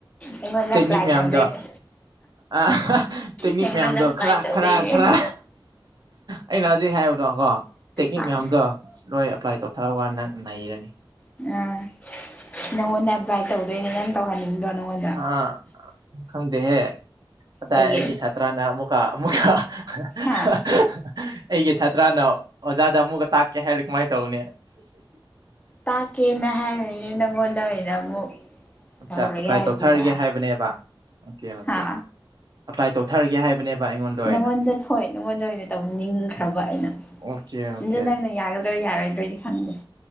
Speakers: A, on the left; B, on the right.
A: ꯑꯩꯉꯣꯟꯗ
B: ꯇꯦꯛꯅꯤꯛ
A: ꯑꯦꯄ꯭ꯂꯥꯏ
B: ꯃꯌꯥꯝꯗꯣ
A: ꯇꯧꯗꯣꯏꯅꯦ꯫
B: ꯑ ꯇꯦꯛꯅꯤꯛ
A: ꯅꯪꯉꯣꯟꯗ
B: ꯃꯌꯥꯝꯗꯣ
A: ꯑꯦꯄ꯭ꯂꯥꯏ
B: ꯈꯔ
A: ꯇꯧꯗꯣꯏꯅꯦ
B: ꯈꯔ ꯈꯔ ꯑꯩꯅ ꯍꯧꯖꯤꯛ ꯍꯥꯏꯕꯗꯣꯀꯣ ꯇꯦꯛꯅꯤꯛ
A: ꯑꯥ
B: ꯃꯌꯥꯝꯗꯣ ꯂꯣꯏ ꯑꯦꯞꯄ꯭ꯂꯥꯏ ꯇꯧꯑꯣ꯫ ꯊꯋꯥꯟꯅ ꯅꯩꯔꯅꯤ꯫
A: ꯎꯝ ꯅꯪꯉꯣꯟꯗ ꯑꯚꯥꯏꯠ ꯇꯧꯗꯣꯏꯅꯦ ꯅꯪ ꯇꯧꯍꯟꯅꯤꯡꯗ꯭ꯔꯣ ꯅꯪꯉꯣꯟꯗ
B: ꯑ ꯈꯪꯗꯦꯍꯦ ꯑꯗꯥ
A: ꯀꯩꯒꯤ
B: ꯑꯩꯒꯤ ꯁꯥꯇ꯭ꯔꯅ ꯑꯃꯨꯛꯀ ꯑꯃꯨꯛꯀ <unintelligible>
A: ꯍꯥ
B: ꯑꯩꯒꯤ ꯁꯥꯇ꯭ꯔꯥꯅ ꯑꯣꯖꯥꯗ ꯑꯃꯨꯛꯀ ꯇꯥꯛꯀꯦ ꯍꯥꯏꯔ ꯀꯃꯥꯏꯅ ꯇꯧꯅꯤ꯫
A: ꯇꯥꯛꯀꯦꯅ ꯍꯥꯏꯔꯅꯤ ꯅꯪꯉꯣꯟꯗꯦꯅ ꯑꯃꯨꯛ
B: ꯑꯠꯆꯥ
A: ꯇꯧꯔꯒꯦ
B: ꯑꯄ꯭ꯂꯥꯏ
A: ꯍꯥꯏꯗꯨꯅ
B: ꯇꯧꯊꯔꯒꯦ ꯍꯥꯏꯕꯅꯦꯕ ꯑꯣꯀꯦ ꯑꯣꯀꯦ
A: ꯍꯥ
B: ꯑꯄ꯭ꯂꯥꯏ ꯇꯧꯊꯔꯒꯦ ꯍꯥꯏꯕꯅꯦꯕ ꯑꯩꯉꯣꯟꯗ ꯑꯣꯏꯅ
A: ꯅꯪꯉꯣꯟꯗ ꯊꯣꯏ ꯅꯪꯉꯣꯟꯗ ꯑꯣꯏꯅ ꯇꯧꯅꯤꯡꯈ꯭ꯔꯕ ꯑꯩꯅ
B: ꯑꯣꯀꯦ ꯑꯣꯀꯦ
A: ꯑꯗꯨ ꯅꯪꯅ ꯌꯥꯒꯗ꯭ꯔꯥ ꯌꯥꯔꯣꯏꯗ꯭ꯔꯣꯏꯗꯤ ꯈꯪꯗꯦ꯫